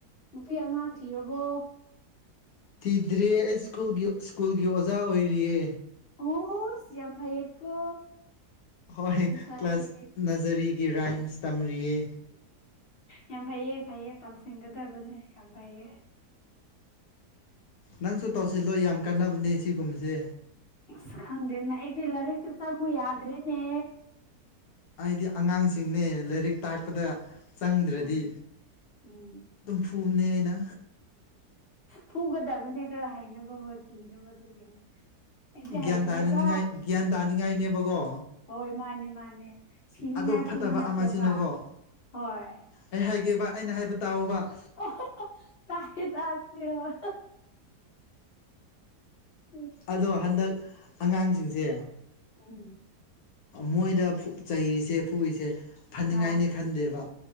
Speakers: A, on the left; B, on the left.
A: ꯅꯨꯄꯤ ꯑꯉꯥꯡ ꯊꯤꯔꯕꯣ
B: ꯇꯤꯗ꯭ꯔꯤꯌꯦ ꯑꯩ ꯁ꯭ꯀꯨꯜꯒꯤ ꯁ꯭ꯀꯨꯜꯒꯤ ꯑꯣꯖꯥ ꯑꯣꯏꯔꯤꯌꯦ
A: ꯑꯣꯁ ꯌꯥꯝ ꯐꯩꯌꯦꯀꯣ
B: ꯍꯣꯏ
A: ꯃꯤ ꯃꯆꯥꯗꯤ
B: ꯀ꯭ꯂꯥꯁ ꯅꯖꯔꯤꯒꯤ ꯔꯥꯏꯝꯁ ꯇꯝꯔꯤꯌꯦ
A: ꯌꯥꯝ ꯐꯩꯌꯦ ꯐꯩꯌꯦ ꯇꯝꯁꯤꯟꯒꯗꯕꯅꯦ ꯌꯥꯝ ꯐꯩꯌꯦ
B: ꯅꯪꯁꯨ ꯇꯧꯁꯤꯜꯂꯣ ꯌꯥꯝ ꯀꯥꯟꯅꯕꯅꯦ ꯁꯤꯒꯨꯝꯕꯁꯦ
A: ꯑꯁ ꯈꯪꯗꯦꯅꯦ ꯑꯩꯗꯤ ꯂꯥꯏꯔꯤꯛꯇꯨ ꯆꯪꯉꯨ ꯌꯥꯗ꯭ꯔꯦꯅꯦ
B: ꯑꯩꯗꯤ ꯑꯉꯥꯡꯁꯤꯡꯅꯦ ꯂꯥꯏꯔꯤꯛ ꯇꯥꯛꯄꯗ ꯆꯪꯗ꯭ꯔꯗꯤ
A: ꯎꯝ ꯎꯝ
B: ꯑꯗꯨꯝ ꯐꯨꯅꯤ ꯑꯩꯅ
A: ꯐꯨꯒꯗꯕꯅꯦ ꯈꯔ ꯍꯩꯅꯕ ꯍꯣꯏ ꯀꯤꯅꯕ ꯑꯗꯨꯒꯤꯅꯦ ꯑꯩꯗꯤ ꯍꯩꯇ꯭ꯔꯦꯗ
B: ꯒ꯭ꯌꯥꯟ ꯇꯥꯅꯅꯤꯡꯉꯥꯏ ꯒ꯭ꯌꯥꯟ ꯇꯥꯅꯤꯡꯉꯥꯏꯅꯦꯕꯀꯣ
A: ꯍꯣꯏ ꯃꯥꯅꯤ ꯃꯥꯅꯦ ꯁꯤꯅꯤꯉꯥꯏ
B: ꯑꯗꯣ ꯐꯠꯇꯕ
A: ꯐꯨꯕ ꯅꯠꯇꯦꯕ
B: ꯑꯃꯁꯤꯅꯀꯣ
A: ꯍꯣꯏ
B: ꯑꯩ ꯍꯥꯏꯒꯦꯕ ꯑꯩꯅ ꯍꯥꯏꯕ ꯇꯥꯑꯣꯕ
A: ꯑꯣꯍꯣ ꯇꯥꯏꯌꯦ ꯇꯥꯁꯦ ꯍꯣꯏ ꯎꯝ
B: ꯑꯗꯣ ꯍꯟꯗꯛ ꯑꯉꯥꯡꯖꯤꯡꯖꯦ
A: ꯎꯝ
B: ꯃꯣꯏꯗ ꯐꯨ ꯆꯩꯔꯤꯁꯦ ꯐꯨꯔꯤꯁꯦ ꯐꯅꯤꯡꯉꯥꯏꯅꯦ
A: ꯑꯥ
B: ꯈꯟꯗꯦꯕ